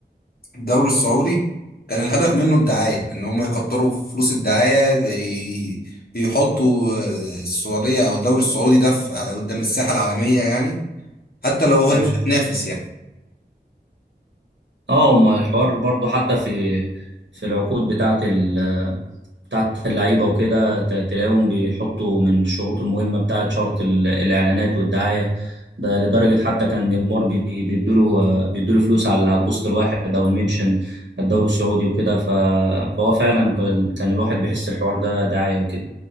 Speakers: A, on the left; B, on the right.
A: الدوري السعودي كان الهدف منه الدعاية إن هم يكتروا فلوس الدعاية ي... يحطوا آه، السعودية أو الدوري السعودي ده في... قدام الساحة العالمية يعني حتى لو
B: مم.
A: هي مش هتنافس يعني
B: اه ما الحوار برضو حتى في في العقود بتاعت ال بتاعت اللعيبة وكده ت- تلاقيهم بيحطوا من الشروط المهمة بتاعت شرط ال- الإعلانات والدعاية ده لدرجة حتى كان نيمار بي- بيدوله بيدوله فلوس على على البوست الواحد أو المنشن الدوري السعودي وكده ف- فهو فعلا كان كان الواحد بيحس الحوار ده دعاية وكده